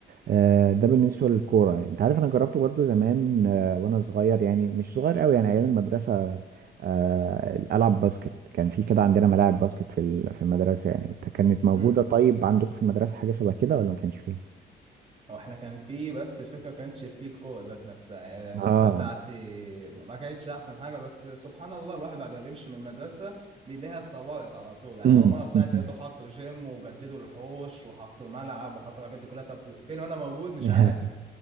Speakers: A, on the right; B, on the right.
A: آه، ده بالنسبه للكوره انت عارف انا جربته برضو زمان آه، وانا صغير يعني مش صغير قوي يعني ايام المدرسه آه، العب باسكت كان في كده عندنا ملاعب باسكت في ال- في المدرسه يعني كانت موجوده
B: مم.
A: طيب عندكم في المدرسه حاجه شبه كده ولا ما كانش فيه
B: هو احنا كان في بس الفكره ما كانتش في الكوره ذات نفسها يعني المدرسه
A: اه
B: بتاعتي ما كانتش احسن حاجه بس سبحان الله الواحد بعد ما بيمشي من المدرسه بيلاقيها اتطورت على طول يعني
A: <laughs>
B: اول مره طلعت
A: امم
B: لقيته حطوا جيم وجددوا الحوش وحطوا الملعب وحطوا الحاجات دي كلها طب فين وانا موجود مش
A: <laughs>
B: عارف